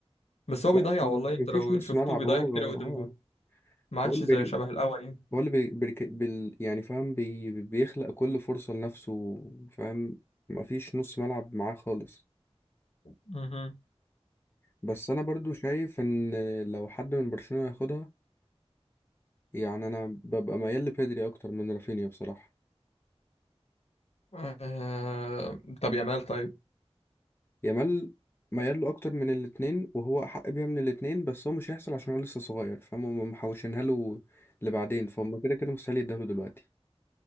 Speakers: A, on the left (about 75°); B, on the left (about 20°).
A: بس هو
B: لا
A: بيضيع والله انت
B: مفيش
A: لو
B: نص
A: شفته
B: ملعب
A: بيضيع
B: هو
A: كتير قوي
B: اه
A: قدام الجون ما عادش
B: هو اللي
A: زي
B: بي...
A: شبه الاول يعني
B: هو اللي بي... بي... بال... يعني فاهم بي... بيخلق كل فرصة لنفسه فاهم مفيش نص ملعب معاه خالص
A: مهم.
B: بس انا برضو شايف ان لو حد من برشلونة ياخدها يعني انا ببقى ميال لبيدري اكتر من رافينيا بصراحة
A: آه... طب يامال طيب
B: يامال ميال له اكتر من الاتنين وهو احق بيها من الاتنين بس هو مش هيحصل عشان هو لسه صغير فاهم هما محوشينها له لبعدين فهم كده كده مستحيل يديها له دلوقتي